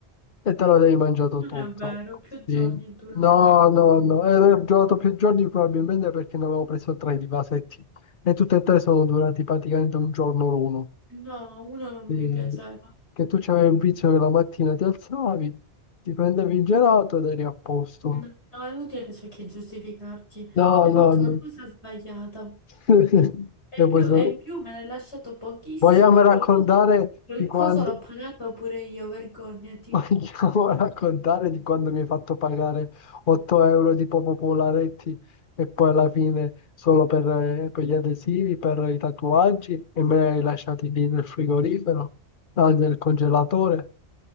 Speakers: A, on the left; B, on the left.
A: E te lo devi mangiato
B: Non
A: tutto.
B: è vero, più giorni
A: Sì.
B: è durato.
A: No, no, no. E ho giocato più giorni probabilmente perché ne avevo preso tre di vasetti. E tutte e tre sono durati praticamente un giorno l'uno.
B: No, uno non
A: Sì.
B: mi piaceva.
A: Che tu c'avevi un vizio che la mattina ti alzavi, ti prendevi il gelato ed eri a posto.
B: No, è inutile che cerchi di giustificarti.
A: No,
B: Hai
A: no,
B: fatto
A: no.
B: una cosa sbagliata.
A: <laughs>
B: E,
A: E
B: più-
A: poi so-
B: e in più me ne hai lasciato pochissimo
A: Vogliamo
B: e qualcosa,
A: raccontare
B: qualcosa
A: di quando...
B: l'ho pagato pure io, vergognati.
A: Vogliamo <laughs> raccontare di quando mi hai fatto pagare 8 euro di Popo Polaretti e poi alla fine solo per, eh, per gli adesivi, per i tatuaggi e me li hai lasciati lì nel frigorifero, ah, nel congelatore?